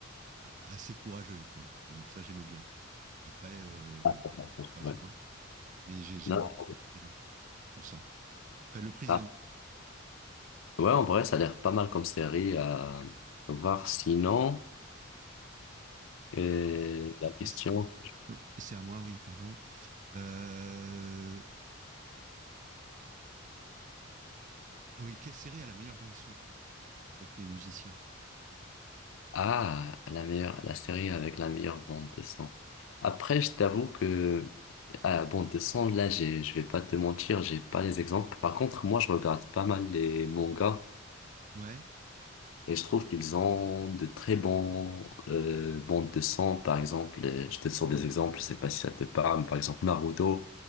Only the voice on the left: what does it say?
d'accord,
ouais.
Non.
ah. Ouais, en vrai, ça a l'air pas mal comme série à voir. Sinon, euh, la question.
Ah, la meilleure, la série avec la meilleure bande de son. Après, je t'avoue que à bande de son, là, j'ai, je vais pas te mentir, j'ai pas les exemples. Par contre, moi, je regarde pas mal les mangas.
Et je trouve qu'ils ont de très bons euh, bandes de son, par exemple, euh, je te sors des exemples, je sais pas si ça te parle, mais par exemple Naruto,